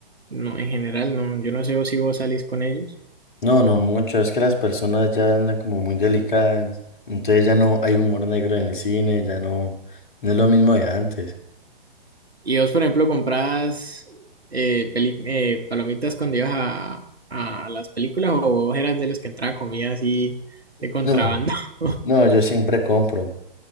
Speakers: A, on the right; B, on the left.
A: No, en general, no. Yo no sé si vos salís con ellos.
B: No, no mucho, es que las personas ya andan como muy delicadas, entonces ya no hay humor negro en el cine, ya no, no es lo mismo de antes.
A: Y vos, por ejemplo, comprabas eh, peli- eh, palomitas cuando ibas a, a las películas o vos eras de los que entraba comida así de contrabando.
B: No.
A: <laughs>
B: No, yo siempre compro.